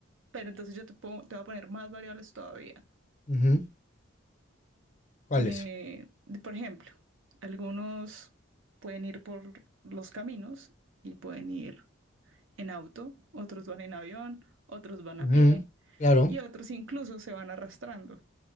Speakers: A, on the right (about 70°); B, on the left (about 35°).
A: Pero entonces yo te, pongo- te voy a poner más variables todavía.
B: Ujú, ¿Cuál
A: Eh,
B: es?
A: por ejemplo, algunos pueden ir por los caminos y pueden ir en auto, otros van en avión, otros van
B: Ujú,
A: a pie
B: Claro.
A: y otros incluso se van arrastrando.